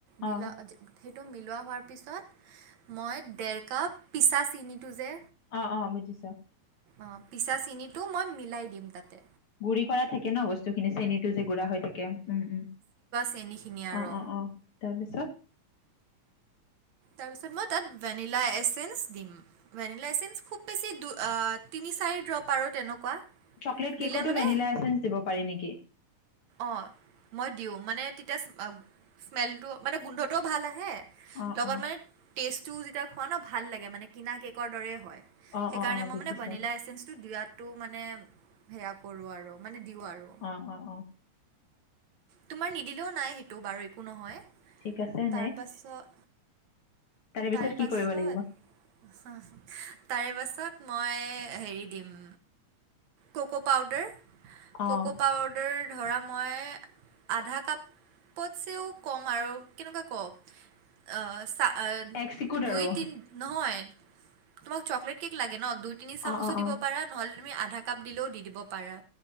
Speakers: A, on the right; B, on the left.
A: মিলা
B: অ
A: সেইটো মিল লোৱা হোৱাৰ পিছত, মই ডেৰকাপ পিচা চেনিটো যে
B: অ', অ' বুজিছো।
A: অঁ পিছা চেনীটো মই মিলাই দিম তাতে।
B: গুড়ি কৰা থাকে ন বস্তুখিনি, চেনীতো যে গুড়া হৈ থাকে। উম, উম।
A: চেনীখিনি আৰু।
B: অ অ অ তাৰপিছত?
A: তাৰপিছত মই তাত ভেনিলা এচেঞ্চ দিম। ভেনিলা এচেঞ্চ খুব বেচি দুই আ তিনি চাৰি ড্ৰপ আৰু তেনেকুৱা।
B: চকলেট
A: দিলে
B: কেকতো
A: মানে
B: ভেনিলা এচেঞ্চ দিব পাৰি নেকি?
A: অ মই দিওঁ, মানে তেতিয়া স্মে-স্মেলটো মানে গোন্ধটোও ভাল আহে।
B: অ
A: লগত
B: অ
A: মানে টেষ্টটো যেতিয়া খোৱা ন ভাল লাগে মানে কিনা কেকৰ দৰেই হয়।
B: অ
A: সেইকাৰণে
B: অ অ
A: মই
B: বুজিছো
A: মানে ভেনিলা এচেঞ্চটো দিয়াত টো মানে সেয়া কৰোঁ আৰু মানে দিওঁ আৰু।
B: অ' অ'।
A: তোমাৰ নিদিলেও নাই সেইটো বাৰু একো নহয়।
B: ঠিক আছে,
A: তাৰপাছত
B: নেক্সট? পিছত
A: তাৰে
B: কি
A: পাছত
B: কৰিব লাগিব
A: তাৰে পাছত মই হেৰি দিম। ক'ক পাউদাৰ
B: অ
A: ক'ক পাউদাৰ ধৰা মই আধা কাপতছেও কম আৰু কেনেকুৱা কপ অ চাহ
B: এগ চিকুট
A: দুই-তিন
B: আৰু
A: নহয় তোমাক চকলেট কেক লাগে ন? দুই-তিনি চামুচো
B: অ অ
A: দিব
B: অ
A: পাৰা। নহ'লে তুমি আধা কাপ দিলেও দি দিব পাৰা।